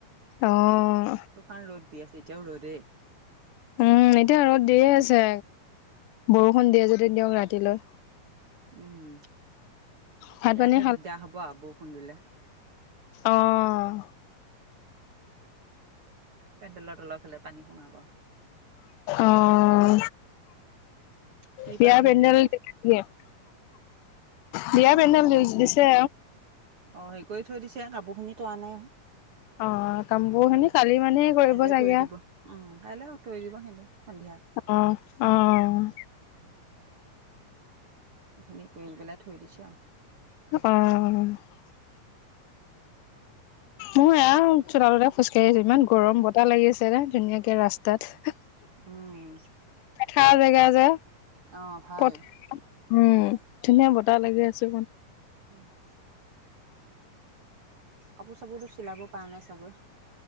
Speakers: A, on the left (about 80°); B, on the right (about 45°).
A: অহ।
B: তুফান ৰ'দ দি আছে এতিয়াও ৰদে
A: উম এতিয়া আৰু দিয়ে আছে বৰষুণ দিয়ে যদি দিয়ক ৰাতিলৈ
B: উম ইয়াতহে
A: ভাত পানী
B: দিগদাৰ হ'ব আৰু বৰষুণ দিলে।
A: অহ
B: পেণ্ডেলৰ তলৰ ফালে পানী সোমাব।
A: অঁহ
B: তিৰপালহে
A: বিয়া পেণ্ডেল
B: দিলে।
A: দিয়ে নে নিদিয়ে বিয়াৰ পেণ্ডেল দিছে।
B: অ' হেৰি কৰি থৈ দিছে কাপোৰখিনি তৰা নাই।
A: অ কামবোৰ খিনি কালি মানে কৰিব
B: কাইলৈ
A: চাগে
B: তৰি দিব। উম কাইলৈ তৰি দিব উম সন্ধিয়া
A: অ' অ'।
B: <inaudible> এইখিনি কৰি পেলাই থৈ দিছে আৰু।
A: অ'। মোৰ এয়া চোতালতে খোজকাঢ়ি আছো। ইমান গৰম বতাহ লাগি আছে ধুনীয়াকে ৰাস্তাত।
B: উম।
A: খাৰ জেগা যে
B: অ' ভাল।
A: পথাৰ উম ধুনীয়া বতাহ লাগি আছে।
B: <inaudible> কাপোৰ-চাপোৰতো চিলাব পৰা নাই চাগৈ!